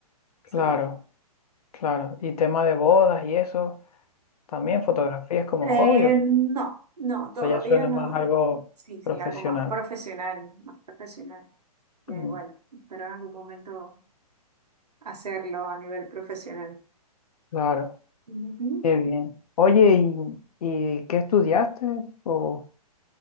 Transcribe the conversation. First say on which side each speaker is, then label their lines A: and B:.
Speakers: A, on the left; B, on the right.
A: Claro,
B: ¿sabes?
A: claro. Y tema de bodas y eso, también fotografías como
B: Eh,
A: hobby. O
B: no, no, todavía
A: sea, ya suena
B: no.
A: más algo
B: Sí, sí,
A: profesional.
B: algo más profesional, más profesional. que,
A: Mm,
B: bueno, espero en algún momento hacerlo a nivel profesional.
A: Claro,
B: Ujú.
A: qué bien. Oye, ¿y, y qué estudiaste? O...